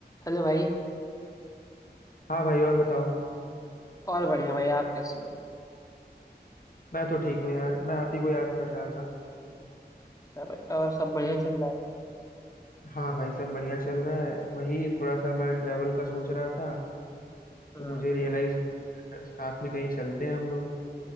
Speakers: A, on the left; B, on the left.
A: Hello भाई
B: हाँ भाई और बताओ
A: और बढ़िया भाई आप कैसे हो
B: मैं तो ठीक हूँ यार मैं आप ही को याद कर रहा था
A: अच्छा भाई और सब बढ़िया चल रहा है
B: हाँ भाई सब बढ़िया चल रहा है वही थोड़ा सा मैं ट्रेवल का सोच रहा था
A: हाँ
B: तो मुझे रियलाइज
A: हाँ
B: हुआ यार साथ में कहीं चलते हैं हम लोग